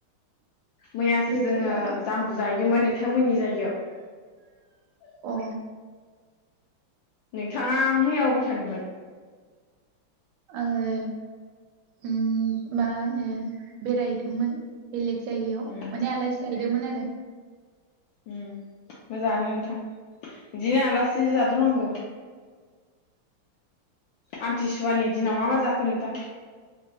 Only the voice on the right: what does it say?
बोथोरा
अ
आङो ओम मा होनो बेरायहदोंमोन बेलेग जायगायाव
माने आलासि दोंमोन आरो।